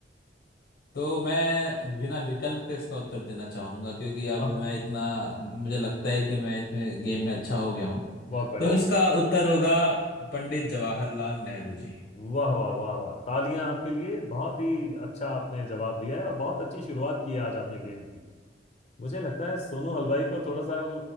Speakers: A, on the left; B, on the left.
A: तो मैं बिना विकल्प के इसका उत्तर देना चाहूंगा क्योंकि अब
B: आह
A: मैं इतना मुझे लगता है कि मैं इसमें गेम में अच्छा हो गया हूँ
B: बहुत बढ़िया
A: तो इसका उत्तर होगा पंडित जवाहरलाल नेहरू जी
B: वाह वाह वाह वाह तालियां आपके लिए बहुत ही अच्छा आपने जवाब दिया है और बहुत अच्छी शुरुआत की है आज आपने गेम की मुझे लगता है सोनू हलवाई को थोड़ा सा